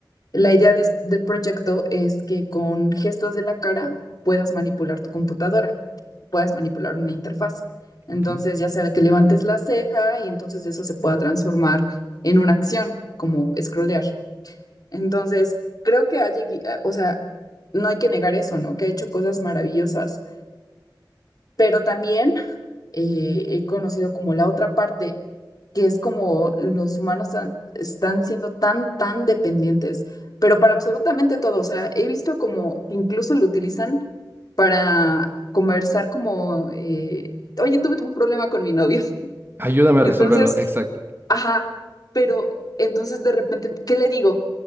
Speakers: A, on the left; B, on the right.
A: La idea des- del proyecto es que con gestos de la cara puedas manipular tu computadora, puedas manipular una interfaz. Entonces,
B: Ok.
A: ya sea que levantes la ceja y entonces eso se pueda transformar en una acción, como scrollear. Entonces, creo que ha llegui- eh, o sea, no hay que negar eso, ¿no? Que ha hecho cosas maravillosas pero también eh, he conocido como la otra parte, que es como los humanos tan- están siendo tan, tan dependientes, pero para absolutamente todo. O sea, he visto como que incluso lo utilizan para conversar como, eh, oye, tuve un problema con mi novio. <laughs>
B: Ayúdame
A: Entonces,
B: a resolverlo, exacto.
A: ajá, pero entonces de repente, ¿qué le digo?